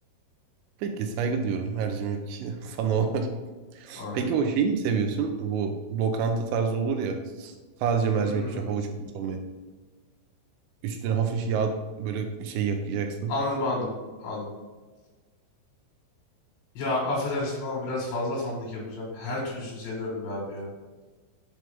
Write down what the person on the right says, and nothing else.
Peki saygı duyuyorum mercimek <laughs> fanı olarak.
Peki o şeyi mi seviyorsun? Bu lokanta tarzı olur ya sadece mercimek
için havuç havuç olmayan. Üstüne hafif yağ böyle şey yakacaksın.